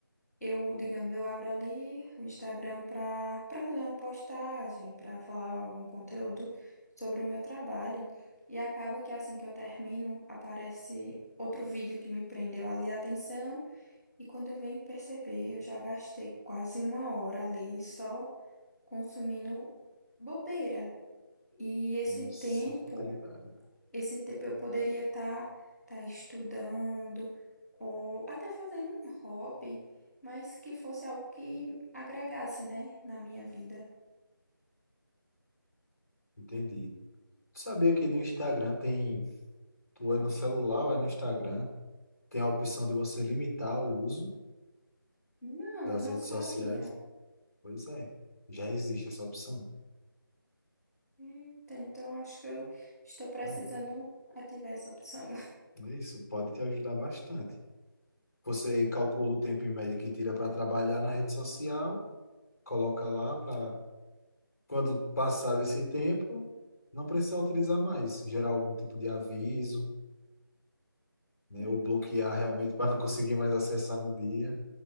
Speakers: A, in the centre; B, on the left.
A: Eu, digamos, eu abro ali o Instagram para para fazer uma postagem, para falar algum conteúdo sobre o meu trabalho. E acaba que assim que eu termino, aparece outro vídeo que me prendeu ali a atenção. E quando eu venho perceber, eu já gastei quase uma hora ali só consumindo bobeira. E esse tempo.
B: essa futilidade.
A: Esse tempo eu poderia estar tá, tá estudando ou até fazendo um hobby, mas que fosse algo que agregasse, né, na minha vida.
B: Entendi. Tu sabia que no Instagram tem. Tu é no celular ou é no Instagram? Tem a opção de você limitar o uso
A: Não,
B: das
A: eu não
B: redes
A: sabia.
B: sociais. Pois é, já existe essa opção.
A: Eita, então acho que eu estou precisando
B: né?
A: ativar essa opção.
B: É, isso pode te ajudar bastante. Você calcula o tempo em média que tira para trabalhar na rede social, coloca lá para quando passar desse tempo, não precisar utilizar mais, gerar algum tipo de aviso, né,
A: <laughs> Entendi.
B: ou bloquear realmente <laughs> para não conseguir mais acessar no dia,